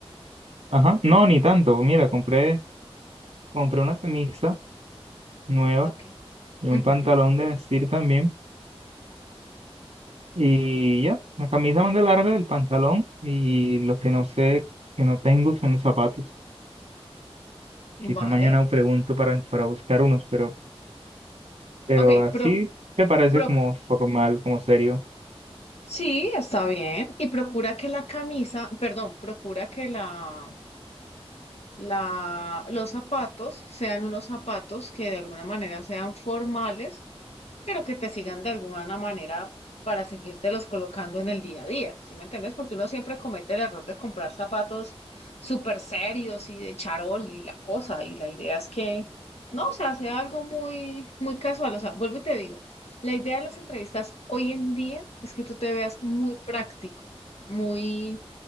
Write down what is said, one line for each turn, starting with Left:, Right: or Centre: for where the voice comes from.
Right: ajá, no, ni tanto. Mira, compré, compré una camisa nueva
Left: Ok.
Right: y un
Left: Ujú,
Right: pantalón de vestir también Y ya, la camisa manga larga, el pantalón y lo que no sé, que no tengo son los zapatos. Quizá
Left: Vale.
Right: mañana pregunto para, para buscar unos, pero, pero
Left: Ok,
Right: así
Left: pro,
Right: te parece
Left: pro,
Right: como formal, como serio.
Left: sí, está bien. Y procura que la camisa, perdón, procura que la, la, los zapatos sean unos zapatos que de alguna manera sean formales pero que te sigan de alguna manera para seguírtelos colocando en el día a día, ¿sí me entiendes? Porque uno siempre comete el error de comprar zapatos súper serios y de charol y la cosa, y la idea es que, no, o sea, sea algo muy, muy casual, o sea, vuelvo y te digo, la idea de las entrevistas hoy en día es que tú te veas muy práctico, muy,